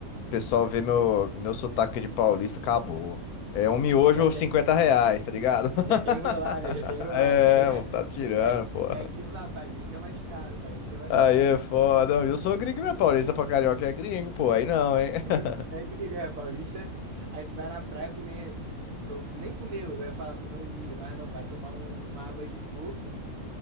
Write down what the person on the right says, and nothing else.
Já
quer,
já quer enrolar, né? Já quer enrolar.
Isso aí é,
é, aqu-
é aquilo lá, pra gringa é mais caro, pra gringa é mais
caro.
<laughs>
É gringa, é paulista. Aí tu vai na praia comer, to- nem comer, eu ia falar comer um milho, mas não, vai tomar um- uma água de coco,